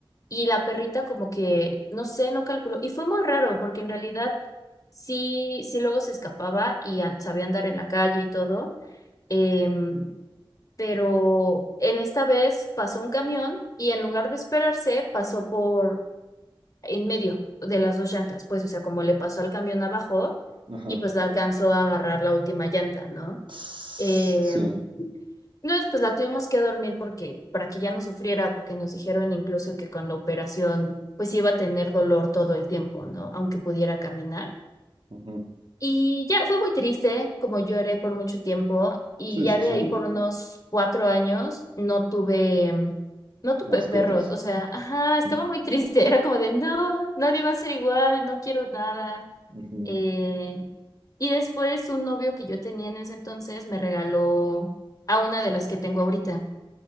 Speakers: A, on the left (about 40°); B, on the right (about 60°).
A: y la perrita como que, no sé, no calculó. Y fue muy raro porque en realidad sí, sí luego se escapaba y an- sabía andar en la calle y todo. Em, pero en esta vez pasó un camión y en lugar de esperarse pasó por en medio de las dos llantas, pues o sea, como le pasó al camión abajo
B: ajá.
A: y pues la alcanzó a agarrar la última llanta, ¿no?
B: Tss,
A: Eh,
B: Sí,
A: entonces pues la tuvimos que dormir porque para que ya no sufriera, porque nos dijeron incluso que con la operación pues iba a tener dolor todo el tiempo, ¿no? Aunque pudiera caminar.
B: ujú,
A: Y ya fue muy triste, como lloré por mucho tiempo, y
B: Sí,
A: ya
B: sí,
A: de
B: sí.
A: ahí por unos cuatro años no tuve, mm, no tuve
B: Mascotas.
A: perros, o sea, ajá, estaba
B: ujú,
A: muy triste, <laughs> era como de, no, nadie va a ser igual, no quiero nada.
B: ujú,
A: Eh, y después un novio que yo tenía en ese entonces me regaló a una de las que tengo ahorita,